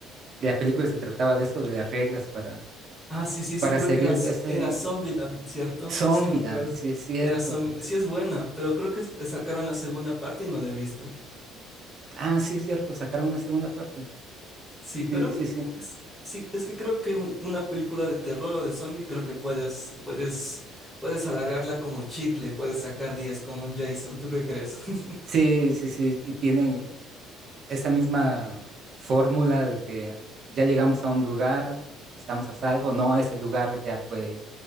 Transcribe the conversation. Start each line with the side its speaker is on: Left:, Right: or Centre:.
Right: la película se trataba de eso, de las reglas para,
Centre: Ah, sí, sí, sí,
Right: para
Centre: creo
Right: seguir
Centre: que era,
Right: este
Centre: era Zombieland, ¿cierto?
Right: Zombieland,
Centre: Sí, sí, me acuerdo.
Right: sí es cierto.
Centre: Era Zombieland. Sí, es buena, pero creo que s- sacaron la segunda parte y no la he visto.
Right: Ah, sí es cierto, sacaron una segunda parte.
Centre: Sí,
Right: Sí,
Centre: pero n-
Right: sí, sí.
Centre: es, sí, es que creo que un- una película de terror o de zombie, creo que puedes, puedes, puedes alargarla como chicle, puedes sacar 10 como un Jason. ¿Tú qué crees? <laughs>
Right: Sí, sí, sí, y tienen esa misma fórmula de que ya llegamos a un lugar, estamos a salvo, no, ese lugar ya fue